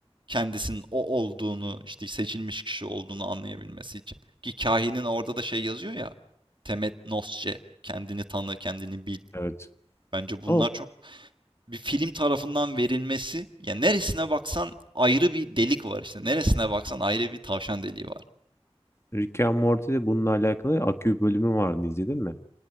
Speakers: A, on the right (about 50°); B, on the left (about 25°).
A: kendisinin o olduğunu, işte seçilmiş kişi olduğunu anlayabilmesi için. Ki kahinin orada da şey yazıyor ya. Temet nosce, kendini tanı, kendini bil.
B: Evet.
A: Bence bunlar
B: O
A: çok bir film tarafından verilmesi. Ya neresine baksan ayrı bir delik var işte. Neresine baksan ayrı bir tavşan deliği var.
B: Rick and Morty'de bununla alakalı akü bölümü vardı izledin mi?